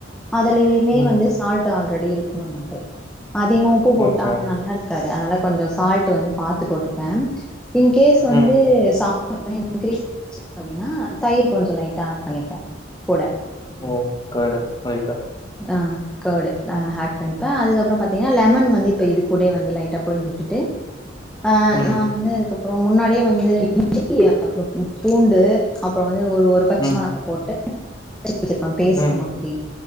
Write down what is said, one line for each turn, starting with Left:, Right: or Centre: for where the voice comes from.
Centre: அதலயுமே
Left: ம்
Centre: வந்து சால்ட் ட்டு ஆல்ரெடி இருக்கு நமக்கு அதிகமா உப்பு போட்டா
Left: ஓகே
Centre: அது நல்லாருக்காது அதனால கொஞ்ச சால்ட் வந்து பாத்து போட்டுப்பே இன்கேஸ் வந்து
Left: ம்
Centre: ச <unintelligible> அப்பிடின்னா தயிர் கொஞ்சோ லைட்டா ஆட் பண்ணிப்பே கூட
Left: ஓ கர்டு ரைட்டா
Centre: ஆ க்கடு ஆட் பண்ணிப்பே அதுக்கப்புறோ பாத்தீங்கன்னா லெமன் வந்து இப்ப இது கூடயே வந்து லைட்டா புழிஞ்சிட்டுட்டு ஆ
Left: ம்
Centre: நா வந்து அதுக்கு அப் அப்புறோ முன்னாடியே வந்து இஞ்சிடி <unintelligible> பூண்டு அப்புறோ வந்து ஒரு ஒரு பச்ச
Left: ம்
Centre: மிளகா போட்டு <unintelligible> வச்சிருப்பா பேஸ்டுமா
Left: ம்
Centre: த்திரி